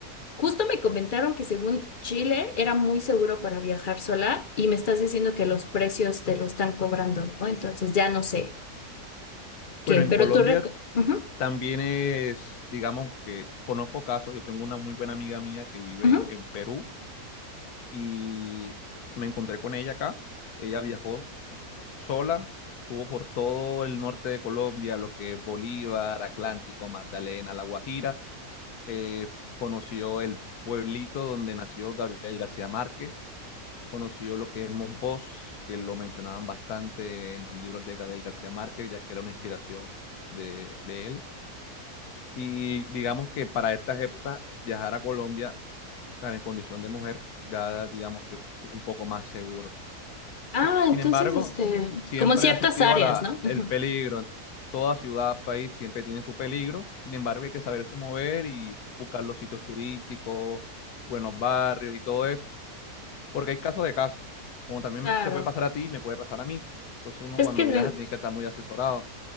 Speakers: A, on the left (about 55°); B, on the left (about 80°).
A: justo me comentaron que según Chile era muy seguro para viajar sola y me estás diciendo que los precios te lo están cobrando, ¿no? Entonces ya no sé qué,
B: Bueno, en
A: pero
B: Colombia
A: tú... reco- Ujú,
B: También es, digamos que conozco casos, yo tengo una muy buena amiga mía que vive
A: ujú.
B: en en Perú y me encontré con ella acá. Ella viajó sola, estuvo por todo el norte de Colombia, lo que es Bolívar, Atlántico, Magdalena, La Guajira. Eh, conoció el pueblito donde nació Gabriel García Márquez, conoció lo que es Monpós, que lo mencionaban bastante en los libros de Gabriel García Márquez, ya que era una inspiración de de él y digamos que para estas épocas viajar a Colombia tan en condición de mujer, dada, digamos que es un poco más seguro.
A: Ah,
B: Sin
A: entonces,
B: embargo,
A: este,
B: s- siempre
A: como en ciertas
B: ha asistido
A: áreas,
B: a la,
A: ¿no? Ujú.
B: el peligro. Toda ciudad, país siempre tiene su peligro. Sin embargo, hay que saberse mover y buscar los sitios turísticos, buenos barrios y todo eso, porque hay casos de casos. Como también
A: Claro.
B: me- te puede pasar a ti, me puede pasar a mí. Entonces uno
A: Es
B: cuando
A: que de-
B: viaja tiene que estar muy asesorado.